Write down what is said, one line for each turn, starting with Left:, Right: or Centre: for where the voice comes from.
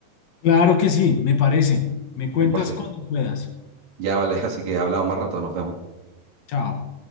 Left: Claro que sí, me parece. Me
Right: <laughs>
Left: cuentas
Right: Vale,
Left: cuando puedas.
Right: ya vale, así que hablamos más rato, nos vemos.
Left: Chao.